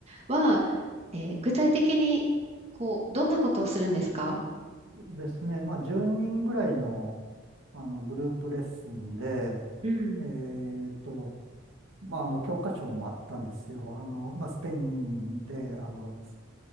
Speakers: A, on the right; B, on the right.
A: は、えー具体的に、こう、どんなことをするんですか
B: ですね。まあ、10人ぐらいの、あのグループレッスンで、
A: うん、
B: えっと、まあ、あの、教科書もあったんですよ。あの、まあ、スペインで、あの、ス